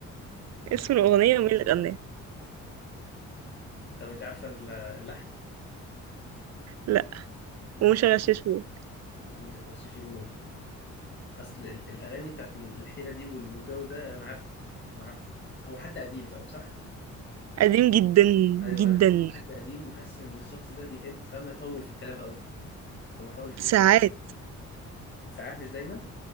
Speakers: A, on the left; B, on the right.
A: يا
B: اسم
A: رب
B: الأغنية ومين اللي غناها
A: طب انت عارفة ال- اللحن
B: لا ومش هغششهولك
A: مش هتغششيهوني اصل ال- الاغاني بتاعت ال- الحيرة دي والجو ده انا عارف انا عارف هو حد قديم صايب صح
B: قديم جدا
A: ايوه
B: جدا
A: انا حاسس انه حد قديم وحاسس ان الشخص ده بيحب فما يطول في الكلام قوي فبحاول افتكره
B: ساعات
A: ساعات مش دايما